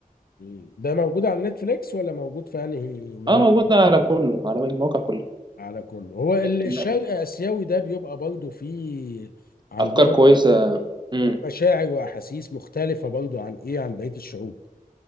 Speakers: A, on the left (about 85°); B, on the right (about 30°).
A: مم. ده موجود على نتفليكس ولا موجود في انهي منصه
B: اه موجود على كله على المواقع كلها
A: على كله هو ال-
B: لا لا
A: الشرق اسيوي ده بيبقى برضه فيه عندهم
B: افكار كويسه امم
A: مشاعر واحاسيس مختلفه برضه عن ايه عن بقيه الشعوب